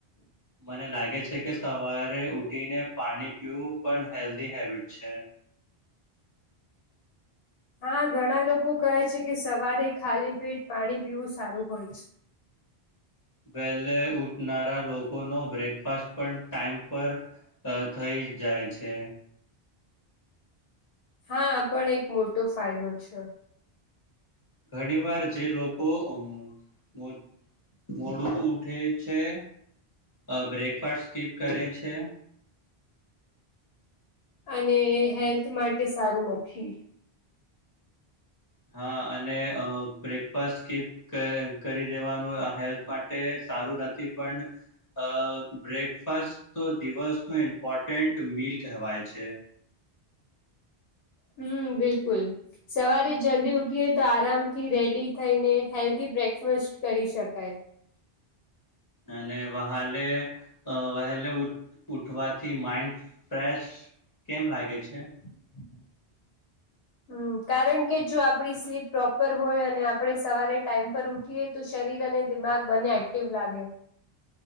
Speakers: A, on the left; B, on the left.
A: મને લાગે છે કે સવારે ઉઠીને પાણી પીવું પણ હેલ્ધી હેબિટ છે.
B: હા, ઘણા લોકો કહે છે કે સવારે ખાલી પેટ પાણી પીવું સારું હોય છે.
A: વહેલે ઉઠનારા લોકોનો બ્રેકફાસ્ટ પણ ટાઈમ પર અહ થઈ જાય છે.
B: હા, આ પણ એક મોટો ફાયદો છે.
A: ઘણી વાર જે લોકો અમોહ મો મોડું ઉઠે છે અહ બ્રેકફાસ્ટ સ્કીપ કરે છે
B: અને હેલ્થ માટે સારું નથી.
A: હા અને અહ બ્રેકફાસ્ટ સ્કીપ કે કરી દેવાનું આ હેલ્થ મા ટે સારું નથી પણ અહ બ્રેકફાસ્ટ તો દિવસનું ઇમ્પોર્ટન્ટ મિલ કહેવાય છે.
B: હમ્મ, બિલકુલ. સવારે જલ્દી ઉઠીએ તો આરામથી રેડી થઈને હેલ્ધી બ્રેકફાસ કરી શકાય.
A: અને વાહલે અહ વહેલે ઉઠવાથી માઈન્ડ ફ્રેશ કેમ લાગે છે?
B: <unintelligible> હમ્મ કારણ કે જો આપડી સ્લીપ પ્રોપર હોય અને આપડે સવારે ટાઈમ પર ઉ ઠીએ તો શરીર અને દિમાગ બંને એક્ટિવ લાગે.